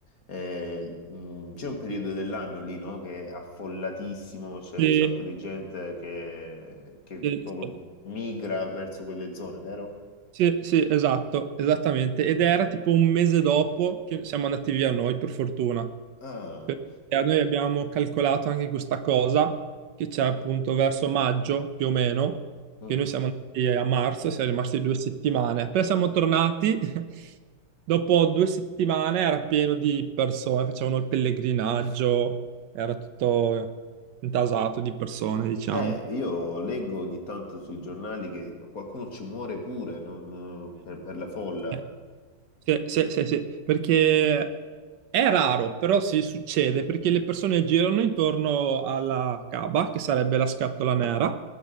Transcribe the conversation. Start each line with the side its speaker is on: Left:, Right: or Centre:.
Left: eh, mm, c'è un periodo dell'anno lì, no? Che è affollatissimo, c'è
Right: E-
Left: un sacco di gente che, che
Right: e-
Left: proprio migra verso quelle zone, vero?
Right: Sì, sì, esatto, esattamente. Ed era tipo un mese dopo che siamo andati via noi, per fortuna.
Left: Ah,
Right: Perché eh, noi abbiamo calcolato anche questa cosa, che c'è appunto verso maggio, più o meno,
Left: mm.
Right: che noi siamo andati a marzo, siamo rimasti due settimane. Poi siamo tornati, <laughs> dopo due settimane era pieno di persone, facevano il pellegrinaggio, era tutto intasato di persone, diciamo.
Left: Eh, io leggo ogni tanto sui giornali che qualcuno ci muore pure non- non- per, per la folla.
Right: E- Sì, sì, sì, sì, perché è raro, però sì, succede, perché le persone girano intorno alla Kaaba, che sarebbe la scatola nera,